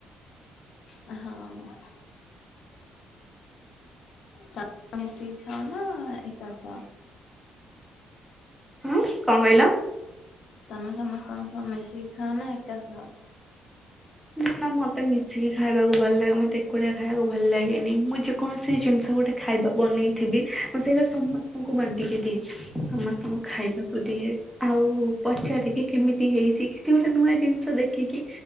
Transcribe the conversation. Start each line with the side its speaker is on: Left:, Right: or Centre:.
Left: ହଁ। <unintelligible> ମିଶିକି ଖାଅ ନା ଏକା ଖାଅ?
Centre: ଉଁ, କଣ କହିଲ?
Left: ତମେ, ସମସ୍ତଙ୍କ ସହ ମିଶିକି ଖାଅ ନା, ଏକା ଖାଅ?
Centre: ନା, ନା ମତେ ମିଶିକି ଖାଇବାକୁ ଭଲ ଲାଗେ, ମତେ ଏକୁଟିଆ ଖାଇବାକୁ ଭଲ ଲାଗେନି ମୁଁ ଚୁପ କୌଣସି ଜିନିଷ ଗୋଟେ ଖାଇବା ବନେଇଥିବି, ମୁଁ ସେଇଟା ସମସ୍ତଙ୍କୁ ବାଣ୍ଟିକି ଦିଏ। ସମସ୍ତଙ୍କୁ ଖାଇବାକୁ ଦିଏ, ଆଉ ପଚାରିବି କେମିତି ହେଇଛି କିଛି ଗୋଟେ ନୂଆ ଜିନିଷ ଦେଖିକି